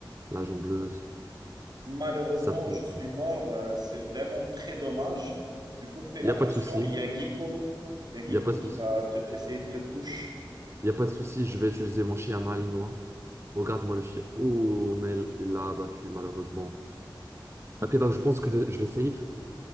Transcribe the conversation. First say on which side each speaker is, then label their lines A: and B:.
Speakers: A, on the right (about 30°); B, on the right (about 55°).
A: l'agent bleu,
B: malheureusement,
A: ça pour.
B: je suis mort. euh, c'est vraiment très dommage. Du coup, fais
A: Il
B: attention.
A: n'y a pas de souci,
B: Il y a Guico. Il y a Guico
A: il n'y a pas de
B: qui
A: souci.
B: va te- essayer de te push.
A: Il n'y a pas de souci, je vais utiliser mon chien malinois. Regarde-moi le chien. Oh, mais il l'a abattu, malheureusement. Ok, donc je pense que je vais je vais save.